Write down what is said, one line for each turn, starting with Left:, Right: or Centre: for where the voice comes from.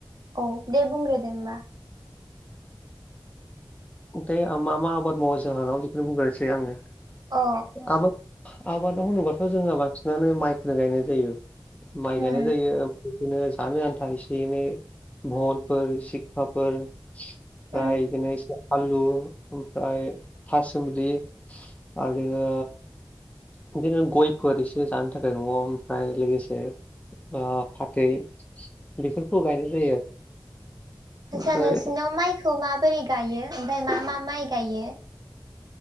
Right: औ दे बुंग्रोदो हबा
Left: दे आं मा मा आबाद मावो जोंहानाव बेखौनो बुंग्रोसै आङो
Right: अ
Left: आबाद आबादाव होनोबाथ' जोंङो बांसिनानो माइखौनो गायनाय जायो माइ गायनाय
Right: उम
Left: जायो ओम बिदिनो जानो आन्था एसे एनै भलफोर सिक्खााफोर ओमफ्राय
Right: उम
Left: बिदिनो एसे आलु ओमफ्राय थासुमलि आ जोङो बिदिनो गयफोर एसे जानो थाखाय नङ ओमफ्राय लोगोसे फाथै बेफोरखौ गायनाय जायो आरो।
Right: आतसा
Left: ओमफ्राय
Right: नोंसिनिनाव माइखौ माबोरै गायो ओमफ्राय मा मा माइ गायो?